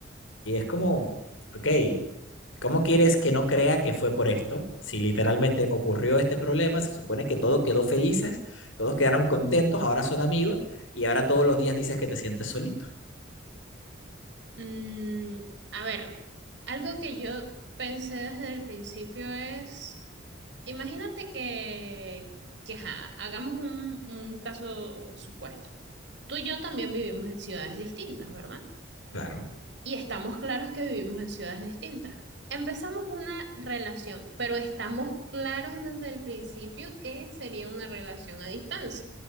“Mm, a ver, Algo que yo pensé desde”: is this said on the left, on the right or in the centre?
Right